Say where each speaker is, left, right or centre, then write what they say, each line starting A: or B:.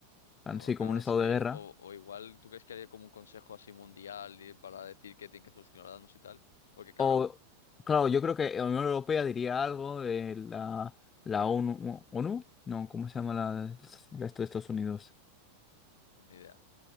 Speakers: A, on the left; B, on the left.
A: bueno,
B: Así
A: claro,
B: como un estado
A: es que,
B: de guerra.
A: o, o igual, ¿tú crees que haría como un consejo así mundial y para decir que tienen que solucionar danos y tal? Porque claro,
B: O, claro, yo creo que la Unión Europea diría algo, eh, la, la ONU, ¿ONU? No, ¿cómo se llama la, la esto de Estados Unidos?
A: pues ni idea,